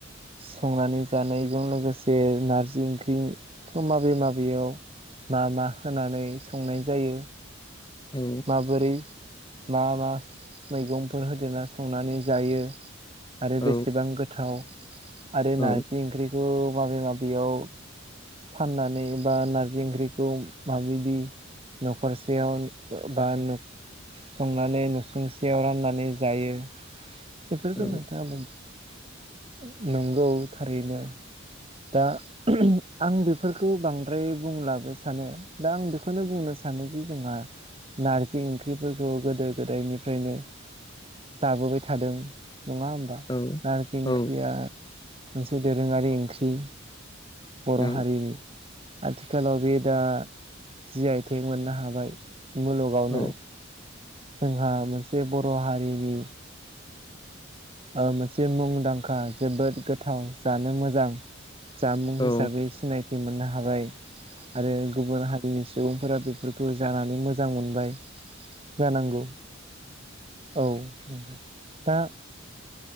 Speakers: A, on the right; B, on the left.
A: संनानै जानायजों लोगोसे नारजि ओंख्रिखो माबे माबेयाव मा मा होनानै संनाय जायो।
B: औ।
A: माबोरै मा मा मैगंफोर होदेरना संनानै जायो। आरो
B: औ
A: बेसेबां गोथाव आरो
B: औ
A: नारजि ओंख्रिखौ माबे माबेयाव फाननानै बा नारजि ओंख्रिखौ माबायदि न'खरसेयाव बा न संनानै नुसुंसेयाव राननानै जायो। बेफोरखौ
B: औ
A: नोंथाङा बुं नंगौ थारैनो। दा आं बेफोरखौ बांद्राय बुंलाबो सानो। दा आं बेखौनो बुंनो सानोदि जोंहा नारजि ओंख्रिफोरखौ गोदो गोदायनिफ्रायनो जाबोबाय थादों नङा होमबा?
B: औ
A: नारजि ओंख्रिया
B: औ
A: मोनसे दोरोङारि ओंख्रि। बर'
B: औ
A: हारिनि आथिखालाव बे दा जि आय तेग मोननो हाबाय। मुलुगावनो
B: औ
A: जोंहा मोनसे बर' हारिनि ओ मोनसे मुंदांखा जोबोद गोथाव जानो मोजां जामुं हिसाबै
B: औ
A: सिनायथि मोननो हाबाय आरो गुबुन हा <unintelligible> सुबुंफोरा बेफोरखौ जानानै मोजां मोनबाय जानांगौ औ नोंथां दा